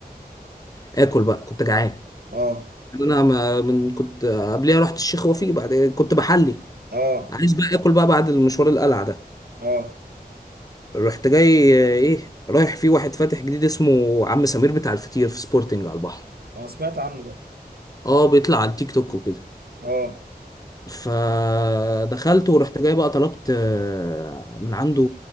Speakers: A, on the left; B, on the right.
A: اكل بقى كنت جعان
B: اه
A: انا ما من كنت قبليها رحت الشيخ وفيق بعد كنت بحلي
B: اه
A: عايز بقى اكل بقى بعد المشوار القلعه ده
B: اه
A: رحت جاي ايه رايح في واحد فاتح جديد اسمه عم سمير بتاع الفطير في سبورتنج على البحر
B: انا سمعت عنه ده
A: اه بيطلع على التيك توك وكده
B: اه
A: فدخلت ورحت جاي بقى طلبت آه، من عنده